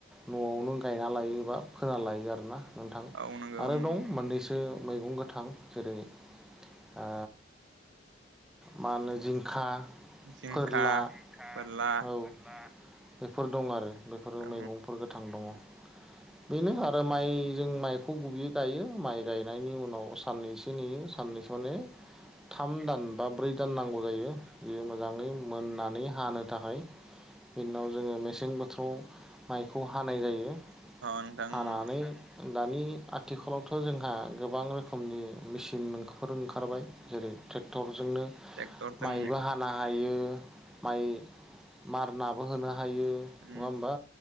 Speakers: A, in the centre; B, on the right.
A: न'आवनो गायना लायो बा फोना लायो आरोना नोंथां
B: औ नंगौ
A: आरो
B: ओं
A: दं बेसो मैगं गोथां जेरै ओ मा होनो जिंखा फोरला
B: जिंखा
A: जिंखा
B: फोरला
A: औ फोरला बेफोर दं आरो बेफोरो
B: अ
A: मैगंफोर गोथां दङ बेनो आरो माइ जों माइखौ गुबैयै गायो। माइ गायनायनि उनाव साननैसो नेयो साननैसो थाम दान बा ब्रै दान नांगौ जायो बियो मोजाङै मोननानै हानो थाखाय बिनाव <unintelligible> माइखौ हानाय जायो
B: नोंथां
A: हानानै दानि आथिखालाव जोंहा गोबां रोखोमनि मेसिनफोर ओंखारबाय। जेरै ट्रेक्टरजोंनो
B: ट्रेक्टरजों
A: माइबो हानो हायो माइ मारनाबो होनो हा हायो नङा
B: उम
A: होमबा